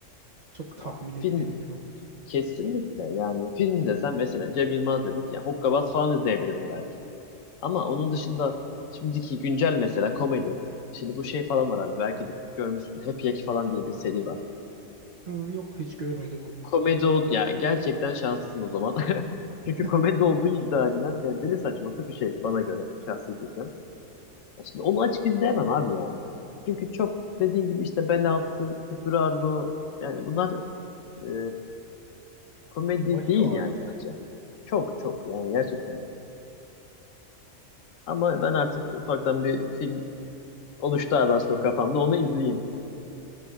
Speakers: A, on the right; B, on the left.
A: çok tahmin
B: Yani
A: edilebilir
B: film
A: oldu.
B: kesinlikle yani film desem mesela Cem Yılmaz dedik ya Hokkabaz falan izleyebilirim belki. Ama onun dışında şimdiki güncel mesela komedi. Şimdi bu şey falan var abi belki de görmüşsün. Happy Jack falan diye bir seri var.
A: Ha, yok hiç görmedim onu.
B: Komedi ol yani gerçekten şanslısın o zaman. <laughs>
A: <laughs>
B: Çünkü komedi olduğu iddia edilen yani deli saçması bir şey bana göre şahsi fikrim. Ya şimdi onu açık izleyemem abi yani. Çünkü çok dediğin gibi işte bel altı, küfür argo yani bunlar e, komedi
A: Bayıyor
B: değil yani
A: artık.
B: bence. Çok çok yani gerçekten öyle. Ama ben artık ufaktan bir film oluştu abi az çok kafamda onu izleyeyim.